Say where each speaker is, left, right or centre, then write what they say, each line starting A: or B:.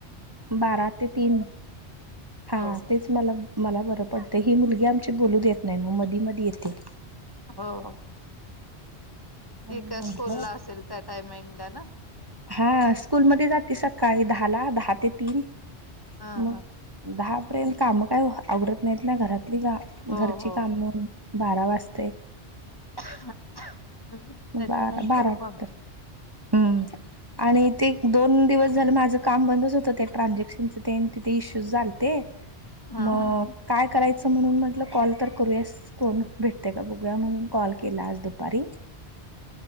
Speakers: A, on the right; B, on the left.
A: बारा ते तीन हा
B: हो
A: तेच मला मला बरं पडत. ही मुलगी आमची बोलू देत नाही. मग मधी मधी येते.
B: हो.
A: म्हणून
B: ती काय
A: म्हंटलं
B: स्कूलला असेल त्या टायमिंगला ना.
A: हा स्कूलमध्येध्ये जाते सकाळी दहाला. दहा ते तीन.
B: ह
A: मग दहापर्यंत काम काय आवरत नाहीत ना घरात.
B: हो
A: घरची
B: हो
A: काम बारा वाजते.
B: <inaudible>
A: बारा
B: त्याच्यानंतर
A: बारा नंतर.
B: मग
A: हम्म आणि ते दोन दिवस झालं माझं काम बंदच होतं ते ट्रानझॅक्शनच. ते तिथे इश्यू झालते.
B: हा
A: मग
B: हा
A: काय करायचं. स म्हणून म्हटलं कॉल तर करूयास कोण भेटते का बघूया. मग कॉल केला आज दुपारी.